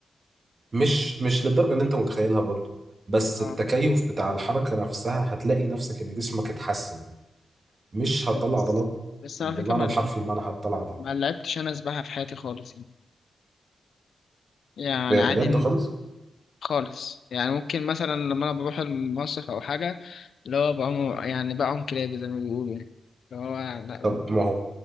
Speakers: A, on the right; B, on the left.
A: مش مش للدرجة اللي انت متخيلها برضو بس
B: اه
A: التكيف بتاع الحركة نفسها هتلاقي نفسك ان جسمك اتحسن مش هتطلع
B: بس
A: عضلات
B: بس
A: بالمعنى
B: على فكره ما
A: الحرفي المعنى هتطلع عضلات
B: ما لعبتش انا سباحه في حياتي خالص يعني يعني
A: ب- بجد
B: عادي
A: خالص
B: خالص يعني ممكن مثلا لما انا بروح المصيف او حاجه اللي هو بعوم يعني بعوم كلابي زي ما بيقولوا يعني اللي هو لا-
A: طب ما هو